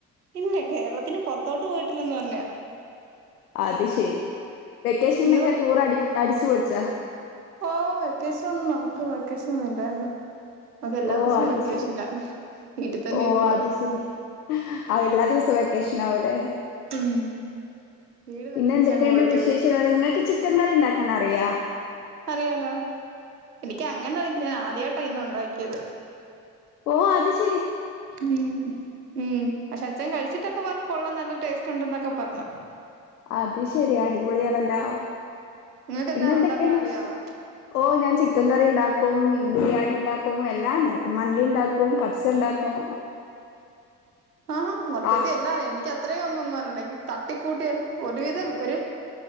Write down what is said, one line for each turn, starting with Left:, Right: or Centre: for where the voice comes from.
Right: ഇല്ല കേരളത്തിന് പുറത്തോട്ട് പോയിട്ടില്ലെന്ന് പറഞ്ഞ
Left: അത് ശെരി വെക്കേഷനൊക്കെ
Right: നിങ്ങള്
Left: ടൂറടി അടിച്ചു പൊളിച്ചാ
Right: ഓ വെക്കേഷൻ ഒന്നും നമുക്ക് വെക്കേഷൻ ഒന്നും ഇല്ലായിരുന്നു അപ്പ എല്ലാ
Left: ഓ
Right: ദിവസവും
Left: അത്
Right: വെക്കേഷനാ
Left: ശെരി
Right: വീട്ടിൽ തന്നെ
Left: ഓ
Right: ഇരിക്കുവാ
Left: അത് ശെരി ആ എല്ലാ ദിവസവും വെക്കേഷൻ ആവുലേ
Right: ഉം വീട് തന്നെ
Left: പിന്നെ
Right: അടിച്ചങ്ങ്
Left: എന്തൊക്കെയാണ്
Right: പൊളിക്കും
Left: വിശേഷങ്ങൾ നിങ്ങൾക്ക് ചിക്കൻ കറി ഉണ്ടാക്കാൻ അറിയാ
Right: അറിയാലോ എനിക്ക് അങ്ങനെ അറിയത്തില്ല ഞാൻ ആദ്യായിട്ടാ ഇന്ന് ഉണ്ടാക്കിയത്
Left: ഓ അത്ശ
Right: ഉം ഉം ക്ഷേ അച്ചഛൻ കഴി ച്ചിട്ടൊക്കെ പറഞ്ഞു കൊള്ളാം നല്ല ടേസ്റ്റ് ഉണ്ട് എന്നൊക്കെ പറഞ്ഞു
Left: അത് ശെരി അടിപൊളിയാണല്ലോ
Right: നിങ്ങൾക്കെല്ലാം
Left: പിന്നെ എന്തൊകോണ്ട്
Right: ഉണ്ടാക്കാൻ അറിയാവോ
Left: ഓ ഞാൻ ചിക്കൻ കറി ഇണ്ടാ ക്കും ബിരിയാണി ഇണ്ടാക്കും എല്ലാം ഇണ്ടാക്കും മന്തി ഇണ്ടാക്കും കബ്സ് ഇണ്ടാക്കും
Right: ആഹാ മൊത്തത്തി
Left: ആ
Right: എല്ലാ എക്ക് ആ അത്രയും ഒന്ന് ഒന്ന് അറിഞ്ഞൂടൊ തട്ടിക്കൂട്ടിയ ഒരുവിധം ഒരു